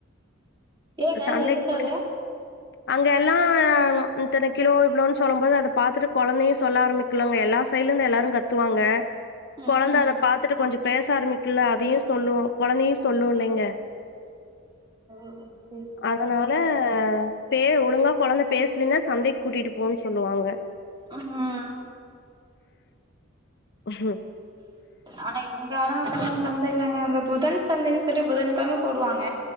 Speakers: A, on the right (about 20°); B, on the left (about 55°).
A: ஏங்க
B: எ சந்தைக்
A: எதுக்காக
B: கூட்டிட் அங்கல்லா இத்தன கிலோ இவ்ளோன் சொல்ல போது அத பாத்துட்டு கொழந்தயு சொல்ல ஆரம்பிக் ல்லாங்க எல்லா சைட்ல இருந்து எல்லாரு கத்துவாங்க
A: ம்
B: கொழந்த
A: ம்
B: அத பாத்துட்டு கொஞ்சோ பேச ஆரம்பிக்குல அதயு சொல்லுவோ கொழந்தையு சொல்லு இல்லைங்க
A: நெஸ்
B: அதனால பே ஒழுங்கா கொழந் பேசலன்னா சந்தைக்கு கூட்டிட்டு போன் சொல்லுவாங்க
A: அம்மா
B: ஹி ம்
A: ஆனா இங்கலா அந்த மாரி சந்தலா இல்லைங்க அந்த புதன் சந்தைன்னு சொல்லி புதன்கிழம போடுவாங்க